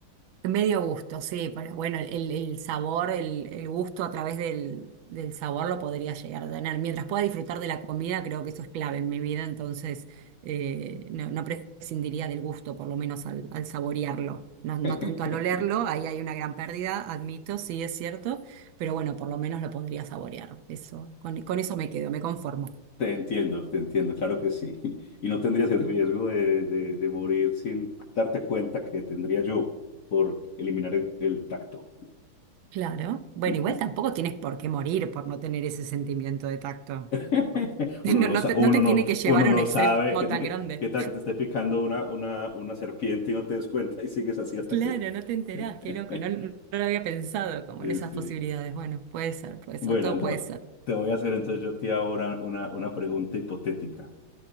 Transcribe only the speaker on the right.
Medio gusto, sí, pero bueno, el, el sabor, el, el gusto a través del, del sabor lo podría llegar a tener. Mientras pueda disfrutar de la comida, creo que eso es clave en mi vida, entonces eh, no, no prescindiría del gusto, por lo menos al, al saborearlo. No,
no tanto al olerlo, ahí hay una gran pérdida, admito, sí es cierto, pero bueno, por lo menos lo podría saborear. Eso, con, con eso me quedo, me conformo.
Claro. Bueno,
igual tampoco tienes por qué morir por no tener ese sentimiento de tacto. <laughs>
No,
no
te,
no te
tiene que llevar
a
un extremo
tan
grande.
Claro,
no te enterás,
qué loco, no, no lo había pensado como
en esas
posibilidades. Bueno, puede ser, puede
ser, todo
puede ser.